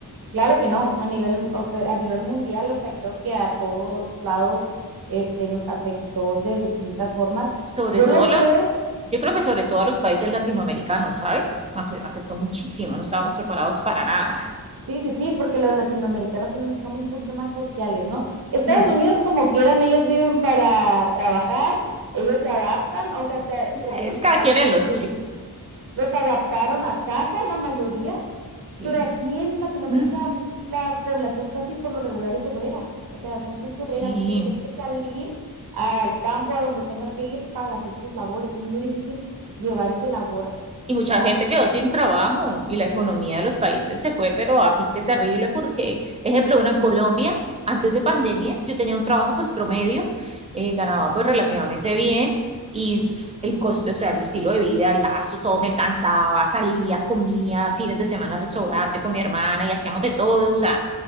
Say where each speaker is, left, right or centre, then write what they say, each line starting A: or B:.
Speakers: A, on the right (about 60°); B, on the right (about 15°).
A: Claro que no, a nivel, o que- a nivel mundial, o sea, creo que a todos lados este, nos afectó de distintas formas.
B: Sobre
A: Yo
B: todo
A: lo
B: los,
A: veo,
B: yo creo que sobre todo a los países latinoamericanos, ¿sabes? Afe- Afectó muchísimo, no estábamos preparados para nada. <laughs>
A: sí, sí, sí, porque los latinoamericanos son- somos un poquito más sociales, ¿no? Estados
B: Mm.
A: Unidos, como quieran, ellos viven para trabajar, ellos se adaptan, o sea, se
B: Es,
A: perdieron
B: es
A: sus
B: cada
A: trabajos,
B: quien en lo suyo.
A: los adaptaron a casa la mayoría,
B: Sí,
A: pero aquí en Latinoamérica
B: Mm,
A: la población casi por lo regular es obrera, o sea, son gente
B: sí.
A: obrera, gente que tiene que salir al campo a donde tenga que ir para hacer sus labores, es muy difícil llevar ese labor a
B: Y mucha gente
A: casa,
B: quedó sin trabajo y la economía de los países se fue, pero a pique terrible porque, ejemplo, bueno, en Colombia, antes de pandemia, yo tenía un trabajo pues promedio, eh, ganaba pues relativamente bien y s- el costo, o sea, el estilo de vida, el gasto, todo me alcanzaba, salía, comía, fines de semana al restaurante con mi hermana y hacíamos de todo, o sea,